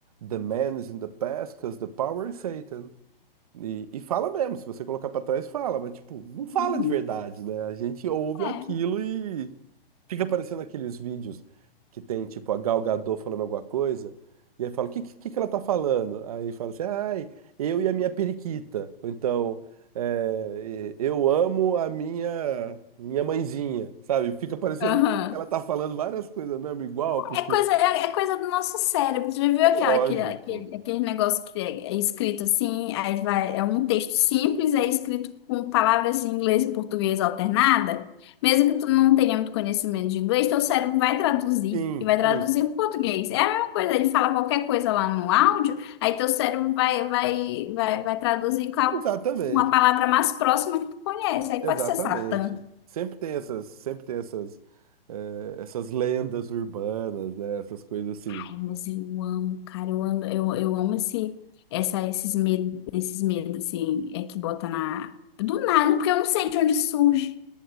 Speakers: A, on the right; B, on the left.
A: The Man is in the Past, 'cause the power is Satan. E, e fala mesmo, se você colocar pra trás, fala, mas tipo, não fala
B: Hum,
A: de verdade, né? A gente ouve
B: É.
A: aquilo Fica aparecendo aqueles vídeos que tem, tipo, a Gal Gadot falando alguma coisa, e aí fala, o que, que, que ela tá falando? Aí fala assim, ai, eu e a minha periquita. Ou então, é, eu amo a minha, minha mãezinha, sabe? Fica parecendo
B: Aham.
A: que ela tá falando várias coisas mesmo, igual, porque
B: É coisa, é, é coisa do nosso cérebro. Já viu
A: é
B: aquela,
A: lógico.
B: aquele, aquele, aquele negócio que é, é escrito assim, aí vai, é um texto simples, é escrito com palavras em inglês e português alternada? Mesmo que tu não tenha muito conhecimento de inglês, teu cérebro vai traduzir
A: Sim,
B: e vai traduzir
A: sim.
B: para português. É a mesma coisa, ele fala qualquer coisa lá no áudio, aí teu cérebro vai, vai, vai, vai traduzir com a-
A: Exatamente,
B: uma palavra mais próxima que tu conhece. Aí
A: exatamente.
B: pode ser Satã.
A: Sempre tem essas, sempre tem essas, eh, essas lendas urbanas, né? Essas coisas assim.
B: Ai, mas eu amo, cara, eu amo, eu, eu amo esse, essa, esses medos, esses medos, assim, é que bota na... Do nada, porque eu não sei de onde surge.